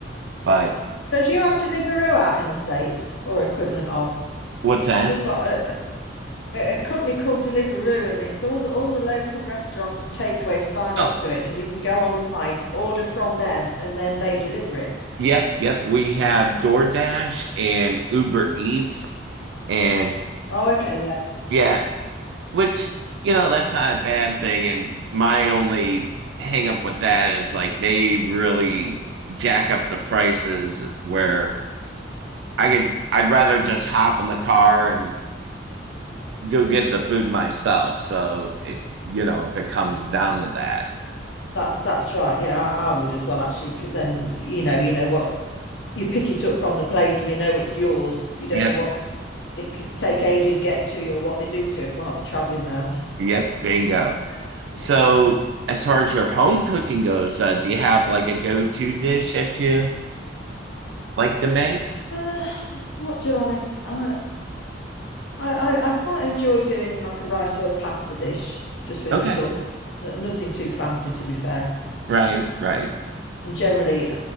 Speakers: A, on the right; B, on the left.
A: but
B: So do you have Deliveroo out in the States or equivalent of?
A: what's that?
B: Because we've got a, a, a company called Deliveroo and it's all the all the local restaurants and takeaways sign
A: Oh,
B: up to it and you can go online, order from them, and then they deliver it.
A: yep, yep. We have DoorDash and Uber Eats, and
B: Oh, okay, yeah.
A: yeah, which you know that's not a bad thing. And my only hang up with that is like they really jack up the prices where I could I'd rather just hop in the car and go get the food myself. So it, you know if it comes down to that.
B: That that's right. Yeah, I, I would as well actually, because then you know, you know what you pick it up from the place and you know it's yours. You don't
A: Yep,
B: know what it could take ages getting to you or what they do to it while they're traveling round.
A: yep, bingo. So
B: That's
A: as far as your home cooking goes, uh, do you have like a go-to dish that you like to make?
B: uh, <sighs> what do I, I I I quite enjoy doing like a rice or a pasta dish just with
A: Okay,
B: a sauce. No- Nothing too fancy to be fair,
A: right, right.
B: and generally